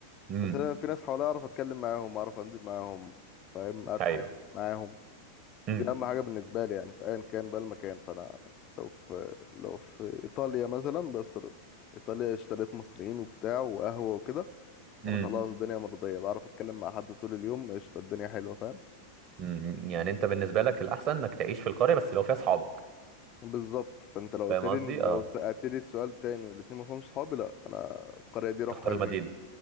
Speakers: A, on the right; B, on the left.
A: امم
B: بس انا في ناس حواليا اعرف اتكلم معاهم اعرف انزل معاهم فاهم اضحك
A: ايوه
B: معاهم
A: امم
B: دي اهم حاجه بالنسبه لي يعني في ايا كان بقى المكان فانا لو في لو في ايطاليا مثلا بس ايطاليا اشتريت مصريين وبتاع وقهوه وكده
A: امم
B: انا خلاص الدنيا مرضيه بعرف اتكلم مع حد طول اليوم قشطه الدنيا حلوه فاهم
A: امم يعني انت بالنسبة لك الاحسن انك تعيش في القرية بس لو فيها اصحابك
B: بالظبط فانت لو قلت
A: فاهم
B: لي
A: قصدي
B: لو
A: اه
B: سالت لي السؤال تاني والاتنين ما فيهمش صحابي لا انا القريه دي اروحها
A: تختار
B: يومين
A: المدينة